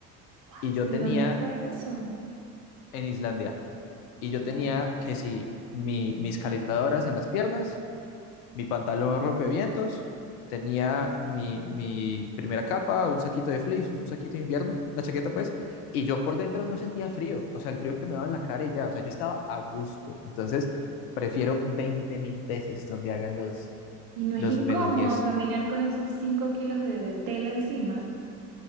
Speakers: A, on the right; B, on the left.
A: What?
B: y yo
A: ¿Y
B: tenía
A: dónde fue eso?
B: en Islandia. Y yo tenía
A: ¿No?
B: que si mi- mis calentadoras en las piernas, mi pantalón rompevientos, tenía mi, mi primera capa, un saquito de fleece, un saquito de invierno, una chaqueta pues, y yo por dentro no sentía frío, o sea, el frío que me daba en la cara y ya, o sea, yo estaba a gusto. Entonces, prefiero veinte mil veces donde hagan los,
A: Y no
B: los
A: es incómodo
B: menos 10.
A: caminar con esos cinco kilos de, de tela encima.